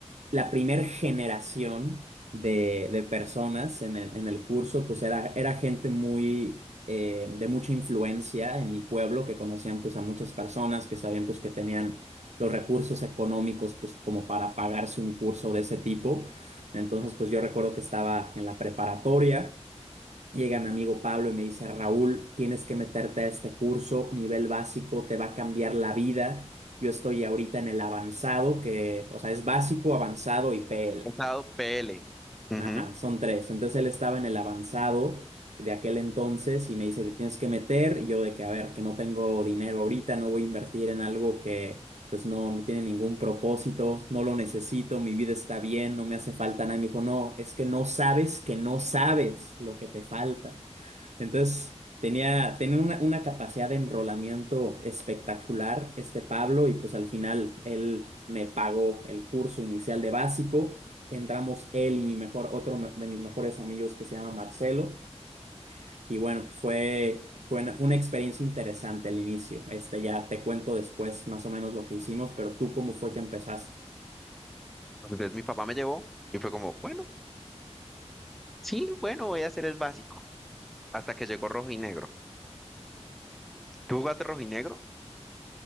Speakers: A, on the right; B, in the centre.
A: la primera generación de, de personas en el, en el curso, pues era, era gente muy, eh, de mucha influencia en mi pueblo, que conocían pues a muchas personas, que sabían pues que tenían los recursos económicos pues como para pagarse un curso de ese tipo. Entonces pues yo recuerdo que estaba en la preparatoria. Llega mi amigo Pablo y me dice, Raúl, tienes que meterte a este curso, nivel básico, te va a cambiar la vida. Yo estoy ahorita en el avanzado, que, o sea, es básico, avanzado y PL.
B: Pasado PL. Ujú.
A: Ajá, son tres. Entonces él estaba en el avanzado de aquel entonces y me dice, te tienes que meter. Y yo de que, a ver, que no tengo dinero ahorita, no voy a invertir en algo que, pues, no, no tiene ningún propósito, no lo necesito, mi vida está bien, no me hace falta nada. Y me dijo, no, es que no sabes que no sabes lo que te falta. Entonces, tenía, tenía una, una capacidad de enrolamiento espectacular este Pablo y pues al final él me pagó el curso inicial de básico. Entramos él y mi mejor, otro me- de mis mejores amigos que se llama Marcelo. Y bueno, pues fue, fue una, fue una experiencia interesante el inicio. Este ya te cuento después más o menos lo que hicimos, pero tú cómo fue que empezaste.
B: Entonces mi papá me llevó y fue como, bueno, sí, bueno, voy a hacer el básico. Hasta que llegó rojo y negro. ¿Tú jugaste rojo y negro?